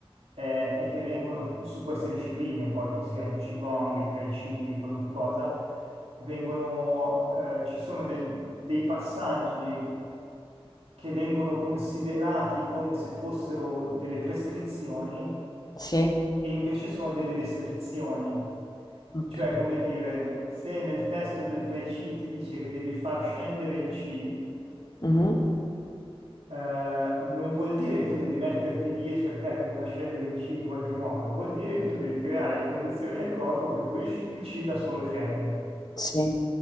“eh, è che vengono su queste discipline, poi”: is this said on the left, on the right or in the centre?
Right